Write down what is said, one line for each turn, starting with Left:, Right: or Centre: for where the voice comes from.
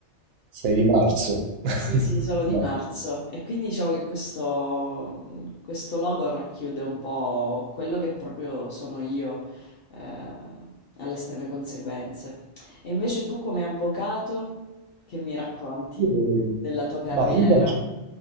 Right: 6 di marzo. <laughs>
Left: Sì, sì, solo di
Right: No.
Left: marzo. E quindi diciamo che questo, questo logo racchiude un po' quello che proprio sono io, eh, alle estreme conseguenze. E invece tu come avvocato, che mi racconti
Right: Io-
Left: della tua carriera?
Right: Ma io faccio,